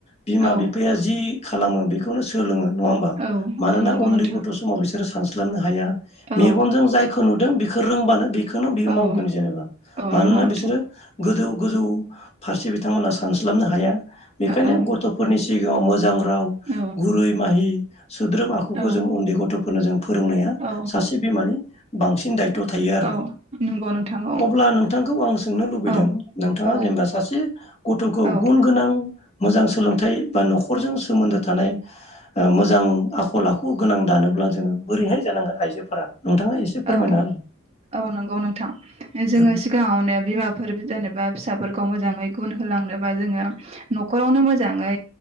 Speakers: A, on the left (about 30°); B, on the right (about 30°).
A: बिमा
B: औ
A: बिफाया जि खालामो बेखौनो सोलोङो। नङा होमबा?
B: औ
A: मानोना
B: औ नंगौ
A: उन्दै
B: नोंथां
A: गथ अ बिसोरो सानब्लाबनो हाया
B: औ
A: मेगनजों जायखौ नुदों बेखो रोंबानो बे बेखौनो बियो
B: औ
A: मावगोन जेनेबा
B: औ
A: मानोना
B: नंगौ नोंथां
A: बिसोरो गोदौ गोजौ फारसे बिथांमोना सानस्लाबनो हाया बेखायनो
B: औ
A: गथ'फोरनि सि सिगाङाव मोजां राव
B: औ
A: गुरै माहि सोद्रोम आखुखौ
B: औ
A: जों उन्दै गथ'फोरनो जों फोरोंनाया
B: औ
A: सासे बिमानि बांसिन दायथ'। थायो आरो
B: औ नंगौ नोंथां औ।
A: अब्ला नोंथांखौ आं सोंनो लुबैदों
B: औ
A: नोंथाङा
B: औ
A: जेनेबा सासे गथ'खौ
B: औ
A: गुन गोनां मोजां सोलोंथाइ बा न'खरजों सोमोन्दो थानाय ओ मोजां आखल आखु गोनां दानो अब्ला जोङो बोरैहाय जानांगोन आइजोफोरा? नोंथाङा एसे फोरमायना
B: औ
A: होलाय
B: औ नंगौ नोंथां
A: औ
B: जोङो सिगाङावनो बिमाफोर बि नोबा फिसाफोरखौ मोजाङै गुन होलांनोबा जोङो न'खरावनो मोजाङै